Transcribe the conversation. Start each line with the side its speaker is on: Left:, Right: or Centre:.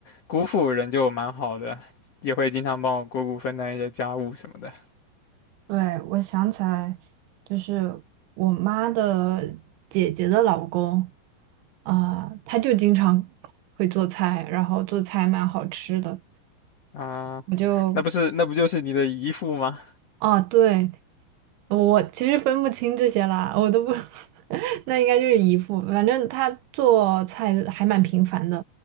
Left: 姑父人就蛮好的，也会经常帮我姑姑分担一些家务什么的。
Right: 对，我想起来，就是我妈的姐姐的老公啊，他就经常会做菜，然后做菜蛮好吃的，
Left: 啊、
Right: 我就
Left: 那不是那不就是你的姨父吗？
Right: 啊，对。我其实分不清这些啦，我都不，<laughs> 那应该就是姨父。反正他做菜还蛮频繁的，